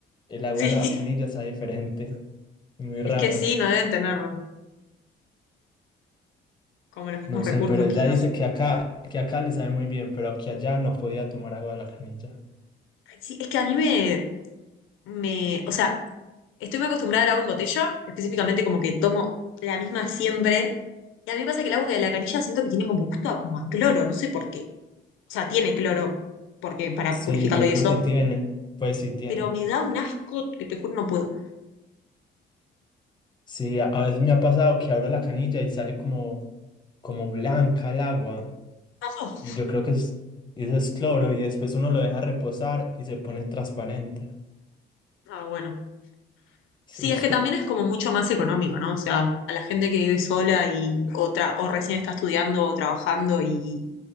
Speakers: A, on the left; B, on the left.
A: el agua
B: Sí,
A: de la canilla sabe diferente,
B: <laughs>
A: muy raro.
B: es que sí, no deben tener como los mismos
A: No
B: recursos
A: sé, pero ella
B: quizás.
A: dice que acá, que acá le sabe muy bien, pero que allá no podía tomar agua de la canilla.
B: Ay, Sí, es que a mí me, me, o sea, estoy muy acostumbrada al agua en botella, específicamente como que tomo la misma siempre. Y a mí me pasa que el agua de la canilla siento que tiene como gusto a, como a cloro, no sé por qué. O sea, tiene cloro, porque para
A: Sí,
B: purificarlo
A: yo
B: y
A: creo
B: eso,
A: que tiene. Pues sí, tiene.
B: pero me da un asco que te juro no puedo.
A: Sí, a, a veces me ha pasado que abro la canilla y sale como, como blanca el agua.
B: Pasó.
A: Y yo creo que es, eso es cloro y después uno lo deja reposar y se pone transparente.
B: Ah, bueno.
A: Sí,
B: Sí, es
A: <laughs>
B: que también es como mucho más económico, ¿no? O sea, a la gente que vive sola y otra, o recién está estudiando o trabajando y